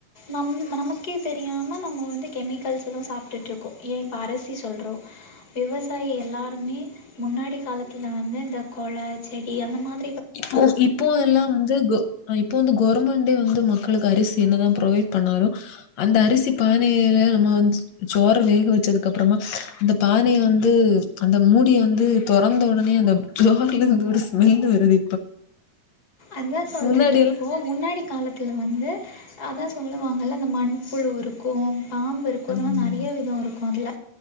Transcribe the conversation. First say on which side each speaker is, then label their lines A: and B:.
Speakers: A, on the left; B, on the left.
A: நம்ம நமக்கே தெரியாம நம்ம வந்து கெமிக்கல்ஸ் தான் சாப்பிட்டுட்டு இருக்கோம் ஏன் இப்போ அரிசி சொல்றோம் விவசாயி எல்லாருமே முன்னாடி காலத்துல வந்து இந்த கொல செடி அந்த மாரி
B: இப்போ இப்போ எல்லாம் வந்து இப்போ வந்து கவர்மெண்டே வந்து மக்களுக்கு அருசி என்னதான் ப்ரொவைட் பண்ணாலும் அந்த அரிசி பானையேல நம்ம வந்து சோற வேக வச்சதுக்கு அப்புறமா அந்த பானைய வந்து அந்த மூடிய வந்து தொறந்த உடனே அந்த ஜார்ல இருந்து ஓரு வில்லு வருது
A: அதான் சொல்றேன்ல்ல
B: முன்னாடியெல்லாம்
A: இப்போ முன்னாடி <unintelligible> வந்து ஆப் சொல்லுவாங்கள்ல அந்த மண் புழு உரோம் கூம் பாம்பு இருக்குன்னா
B: ம்.
A: நெறய விதம் இருக்கும் மொதல்ல